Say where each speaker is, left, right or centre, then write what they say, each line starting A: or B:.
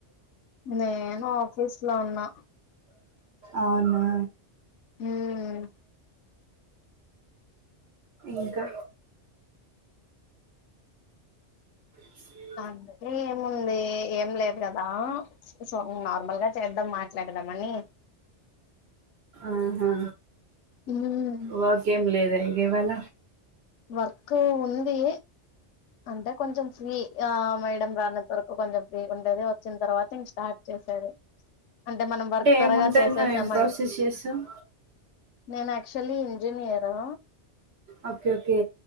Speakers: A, on the left; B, on the right.
A: నేను ఆఫీస్ లో ఉన్నా
B: అవునా
A: మ్మ్
B: ఇంకా సీ
A: అందుకే ఏముంది ఏం లేదు గదా సో నార్మల్ గా చేద్దాం మాట్లాడదామని
B: ఆహా
A: మ్మ్
B: వకేం లేదా గివాళ
A: వర్కు ఉంది అంటే కొంచెం ఫ్రీ ఆ మేడం రానంత వరకు కొంచెం ఫ్రీ ఉండేది వచ్చిన తర్వాత ఇంక స్టార్ట్ అంటే మనం వర్క్ త్వరగా
B: ఏముంటది
A: చేసేసామం
B: నువ్వు ఏం ప్రాసెస్ చేస్తావ్
A: నేను యాక్చువల్లీ ఇంజనీయురా
B: ఓకే ఓకే